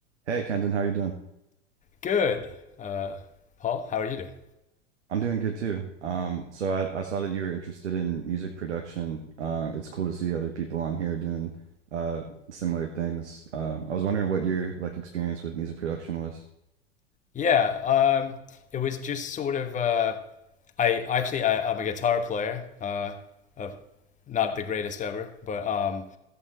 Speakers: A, on the right (about 75°); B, on the left (about 20°).
A: Hey Kenton, how you doing?
B: Good. Uh, Paul, how are you doing?
A: I'm doing good too. Um, so I, I saw that you were interested in music production. Uh, it's cool to see other people on here doing uh, similar things. Um, I was wondering what your like experience with music production was.
B: Yeah, um, it was just sort of uh, I actually I, I'm a guitar player, uh, of not the greatest ever, but um,